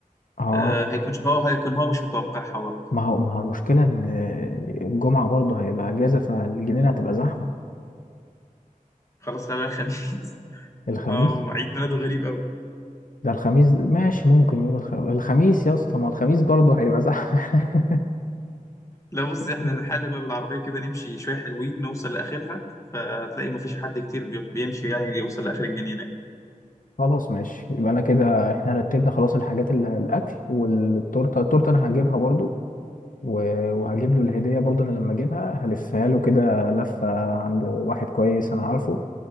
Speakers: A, on the left; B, on the left.
A: اه
B: آه هيكون هو هيكون هو مش متوقعها برضه
A: ما هو ما هو المشكله ان الجمعه برضه هيبقى اجازه فالجنينه هتبقى زحمه
B: خلاص خلال الخميس <laughs>
A: الخميس
B: اه عيد ميلاده غريب قوي
A: ده الخميس ماشي ممكن يوم الخ... الخميس يا اسطى ما الخميس برضه هيبقى زحمه
B: لا بص
A: <laughs>
B: احنا نحل بقى بالعربيه كده نمشي شويه حلوين نوصل لاخرها فتلاقي مفيش حد كتير بي- بيمشي يعني يوصل لاخر الجنينه
A: خلاص ماشي يبقى انا كده احنا رتبنا خلاص الحاجات اللي الاكل والتورته التورته انا هجيبها برضو و- وهجيب له الهدية برضه أنا لما أجيبها هلفها له كده لفة عند واحد كويس أنا عارفه